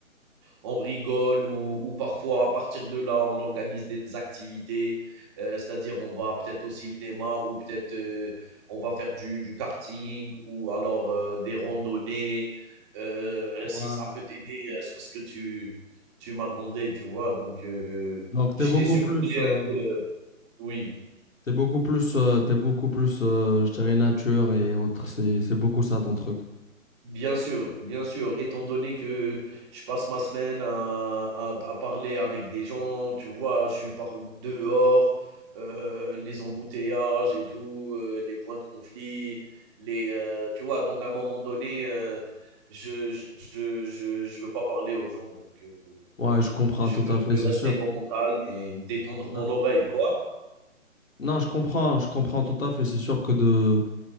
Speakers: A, on the right; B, on the left.
A: on rigole ou, ou, parfois à partir de là, on organise des activités, euh, c'est-à-dire on va peut-être au cinéma ou peut-être euh, on va faire du, du karting ou alors euh, des randonnées, euh,
B: Ouais,
A: si ça peut t'aider euh, sur ce que tu, tu m'as demandé, tu vois. Donc, euh,
B: Donc, t'es
A: je
B: beaucoup
A: t'ai survolé
B: plus, euh,
A: un peu, le- oui.
B: t'es beaucoup plus, euh, t'es beaucoup plus, euh, je dirais, nature et autres. C'est, c'est beaucoup ça ton truc.
A: Bien sûr, bien sûr, étant donné que je passe ma semaine à, à- à parler avec des gens, tu vois, je suis par dehors, euh, les embouteillages et tout, euh, les points de conflit, les, euh, tu vois, donc à un moment donné, euh, je, je, je, je veux pas parler aux gens, donc euh,
B: Ouais, je comprends
A: je
B: tout
A: veux,
B: à fait,
A: je
B: c'est
A: veux rester
B: sûr.
A: dans mon calme et détendre mon
B: Ouais.
A: oreille, quoi.
B: Non, je comprends, je comprends tout à fait. C'est sûr que de,